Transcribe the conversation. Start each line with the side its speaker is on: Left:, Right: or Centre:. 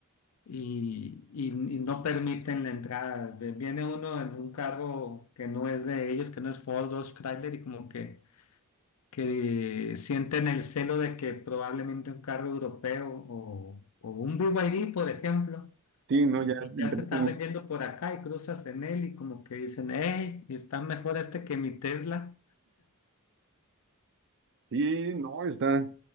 Left: y, y- y no permiten la entrada. Ve- Viene uno en un cargo que no es de ellos, que no es Ford, Dodge, Chrysler, y como que, que sienten el celo de que probablemente un cargo europeo o, o un BYD, por ejemplo,
Right: Sí, no,
Left: eh,
Right: ya
Left: que
Right: entré
Left: ya se están
Right: con-
Left: vendiendo por acá y cruzas en él y como que dicen, hey, está mejor este que mi Tesla.
Right: Sí, no, está